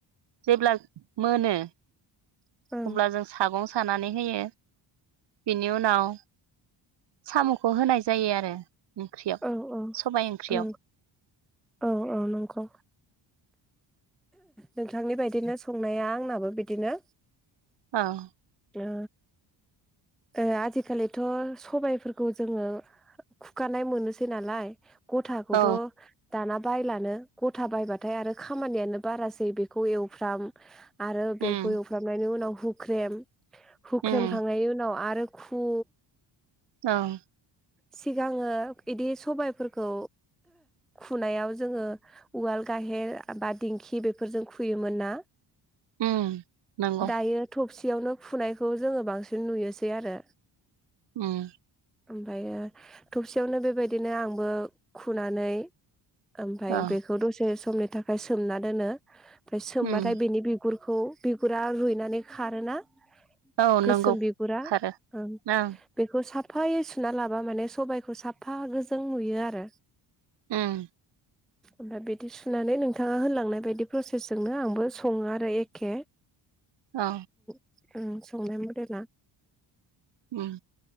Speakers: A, on the right (about 60°); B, in the centre.
A: जेब्ला मोनो
B: ओं
A: अब्ला जों सागं सानानै होयो बिनि उनाव साम'खौ होनाय जायो आरो। ओंख्रियाव
B: औ औ
A: सबाय ओंख्रियाव
B: नों औ औ नंगौ नोंथांनि बादिनो संनाया आंनाबो बिदिनो।
A: आव
B: ओ ओ आजिखालिथ' सबायफोरखौ जोङो खुखानाय मोनोसै नालाय गथाखौथ'
A: औ
B: दाना बायलानो ग'था बायबाथाय आरो खामानियानो बारासै बेखौ एवफ्राम आरो बेखौ
A: उम
B: एवफ्रामनायनि उनाव हुख्रेम हुख्रेमखांनायनि
A: उम
B: उनाव आरो खु
A: ओं
B: सिगांङो इदि सबायफोरखौ खुनायाव जोंङो उवाल गाहेर बा दिंखि बेफोरजों खुयोमोन ना
A: उम नंगौ
B: दायो थबसि यावनो खुनायखौ जोंङो बांसिन नुयोसै आरो
A: उम
B: ओमफ्रायो थबसियावनो बेबायदिनो आंबो खुनानै ओमफाय
A: औ
B: बेखौ दसे सो <unintelligible> थाखाय सोमना दोनो ओमफ्राय सोमबाथाय
A: उम
B: बेनि बिगुर खौ बिगुरा रुइनानै खारोना
A: औ
B: गोसोम
A: नंगौ
B: बिगुरा
A: खारो
B: ओम
A: ओं
B: बेखौ साब साफायै सुना लाबा माने सबाइखौ साफा गोजों नुयो आरो
A: उम
B: ओमफ्राय बिदि सुनानै नोंथांङा होनलांनाय बायदि प्रसेसजोंनो आंबो संङो आरो एखे
A: औ
B: उम संनाय मदेला
A: उम